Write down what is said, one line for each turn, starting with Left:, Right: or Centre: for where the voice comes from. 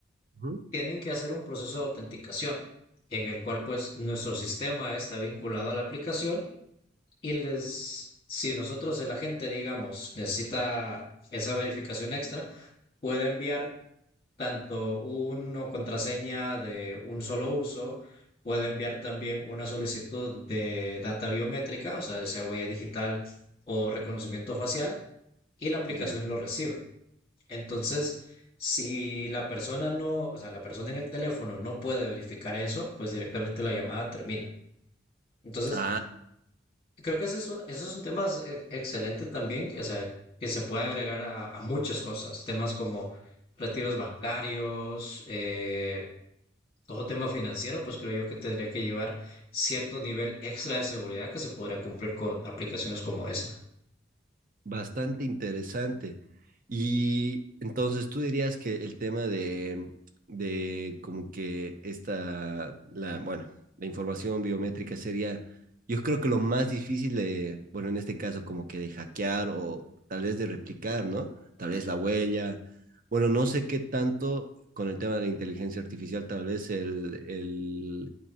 Right: ujú,
Left: tienen que hacer un proceso de autenticación en el cual pues nuestro sistema está vinculado a la aplicación y les, si nosotros el agente digamos necesita esa verificación extra, puede enviar tanto una contraseña de un solo uso, puede enviar también una solicitud de data biométrica, o sea, sea huella digital o reconocimiento facial, y la aplicación
Right: Ya.
Left: lo recibe. Entonces, si la persona no, o sea, la persona en el teléfono no puede verificar eso, pues directamente la llamada termina. Entonces,
Right: Ah,
Left: creo que ese es un, ese es un tema eh, excelente también, que, o sea, que se puede agregar a, a muchas cosas, temas como retiros bancarios, eh, todo tema financiero, pues creo yo que tendría que llevar cierto nivel extra de seguridad que se podría cumplir con aplicaciones como esa.
Right: Bastante interesante. Y entonces tú dirías que el tema de, de como que esta, la, bueno, la información biométrica sería, yo creo que lo más difícil de, bueno, en este caso como que de hackear o tal vez de replicar, ¿no? Tal vez la huella. Bueno, no sé qué tanto con el tema de la inteligencia artificial, tal vez el, el,